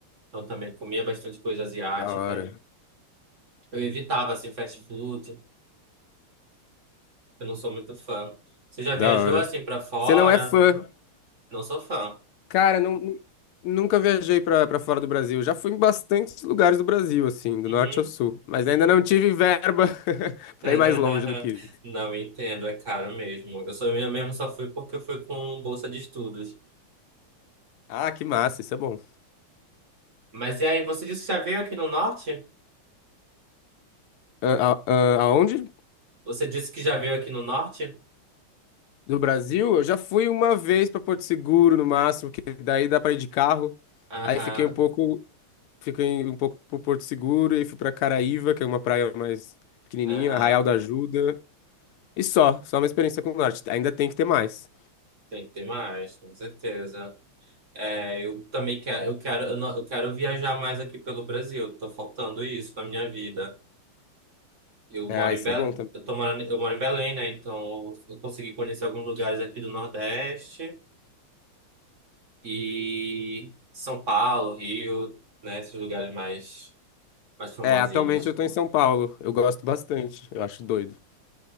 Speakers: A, on the right; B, on the left.
A: Então, também comia bastante coisa asiática.
B: Da hora.
A: Eu evitava, assim, fast food. Eu não sou muito fã. Você já viajou,
B: Da hora.
A: assim, pra fora?
B: Você não é fã?
A: Não sou fã.
B: Cara, não, nu- nunca viajei pra, pra fora do Brasil. Já fui em bastantes lugares do Brasil, assim, do
A: Uhum.
B: norte ao sul. Mas ainda não tive verba <laughs> pra
A: <laughs>
B: ir mais longe do que isso.
A: Não entendo, é caro mesmo. Eu só eu mesmo só fui porque eu fui com bolsa de estudos.
B: Ah, que massa, isso é bom.
A: Mas e aí, você disse que já veio aqui no norte?
B: a- a- aonde?
A: Você disse que já veio aqui no norte?
B: Do Brasil? Eu já fui uma vez para Porto Seguro, no máximo, que daí dá para ir de carro.
A: Aham,
B: Aí fiquei um pouco, fiquei um pouco por Porto Seguro e fui para Caraíva, que é uma praia mais pequenininha,
A: aham.
B: Arraial da Ajuda. E só, só uma experiência com o norte. Ainda tem que ter mais.
A: Tem que ter mais, com certeza. É, eu também quero, eu quero, eu, não- eu quero viajar mais aqui pelo Brasil. Tô faltando isso na minha vida. Eu
B: É,
A: moro
B: Ah,
A: em
B: isso
A: Belém,
B: é bom também.
A: eu tô morando, eu moro em Belém, né? Então eu consegui conhecer alguns lugares aqui do Nordeste. e São Paulo, Rio, né, esses lugares mais mais famosinhos.
B: É, atualmente eu tô em São Paulo. Eu gosto bastante. Eu acho doido.